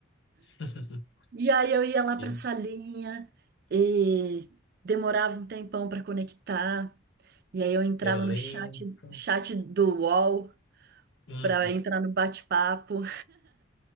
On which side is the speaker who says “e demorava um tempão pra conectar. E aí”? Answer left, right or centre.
Right